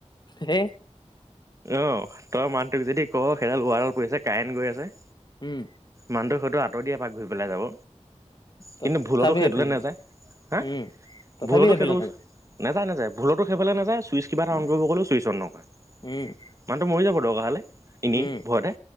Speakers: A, on the left; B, on the right.
A: সে
B: অঁ' তই মানুহটোক যদি ক সেইডাল ৱাৰডাল পৰি আছে কাইন গৈ আছে
A: উমঁ।
B: মানুহটো হয়তো আতৰ দিয়ে এপাক ঘূৰি পেলাই যাব।
A: তথাপি
B: কিন্তু ভুলতো সেইটোলৈ
A: সেইফালে
B: নাযায়, হা'
A: উম, তথাপি
B: ভুলতো
A: সেইফালে
B: সেইটো
A: কালি
B: নাযায় নাযায়, ভুলতো সেইফালে নাযায়, চুইচ কিবা এটা
A: উম,
B: অন কৰিব ক'লেও ছুইচ অন নকৰে।
A: উম,
B: মানুহটো মৰি যাব দৰকাৰ হ'লে এনেই
A: উম,
B: ভয়তে,